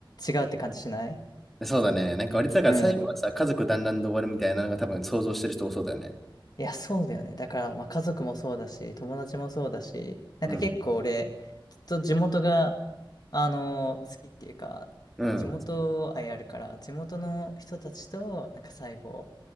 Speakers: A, on the left; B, in the centre.
A: 違うって感じしない
B: そうだね。なんか割とだから最後はさ、
A: うん。
B: 家族団らんで終わるみたいなのが多分想像してる人多そうだよね。
A: いや、そうだよね。だから、まあ、家族もそうだし、友達もそうだし、なんか結構俺、
B: うん。
A: ずっと地元が、あのー好きっていうか、
B: うん。
A: 地元愛あるから、地元の人たちと、なんか最後、わ